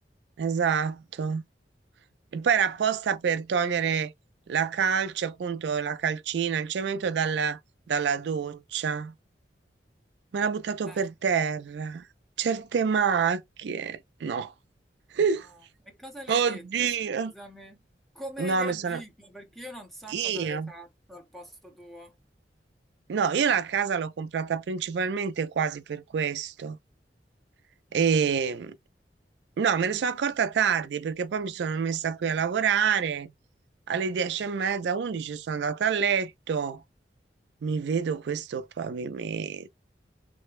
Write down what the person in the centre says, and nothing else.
Eh.
No. E cosa le
hai detto? Scusami. Come
hai reagito?
Perché io non so
cosa avrei fatto al posto tuo.